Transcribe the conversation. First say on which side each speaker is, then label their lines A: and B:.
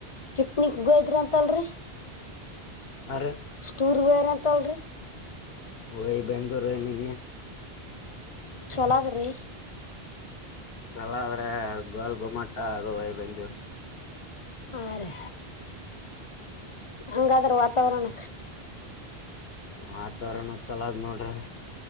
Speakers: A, on the left; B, on the left.
A: ಪಿಕ್ನಿಕ್ಗೋಯ್ರ ಅಂತಲ್ರಿ
B: ಅರ
A: ಟೂರ್ ಹೋಗಿದ್ರಂತೆಳ್ರಿ
B: ಓಯ್ ಬೆಂಗಳೂರಲ್ಲಿ
A: ಛಲವಾದರೆ
B: ಹಲಾದ್ರೆ ಗಲ್ ಗುಮಟ್ಟ ಅದು ಬೆಂಜೂ
A: ಹಾ ರೀ ಹಂಗಾದ್ರ ವಾತಾವರಣ
B: ವಾತಾವರರಣ ಚಲೋದ್ ನೋಡ್ರಿ